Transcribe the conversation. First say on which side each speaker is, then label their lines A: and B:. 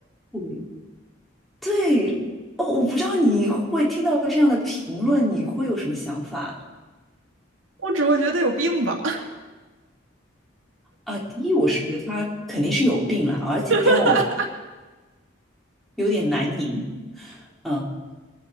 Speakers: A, in the centre; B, on the right.
A: 嗯对，哦，我不知道你会听到这样的评论，你会有什么想法
B: 我只会觉得有病吧。
A: 啊？第一，我是觉得他肯定是有病了，而且第二，
B: <laughs>
A: 我有点难拧。嗯，